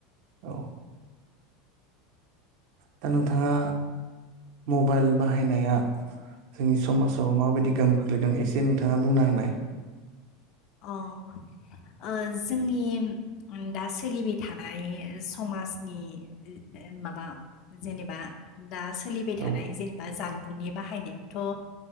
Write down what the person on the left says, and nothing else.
औ
अ ओ जोंनि निम दा सोलिबाय थानाय समाजनि माबा जेनेबा दा सोलिबाय थानाय
जेनेबा जन बुंनि बाहायनायावथ' ओ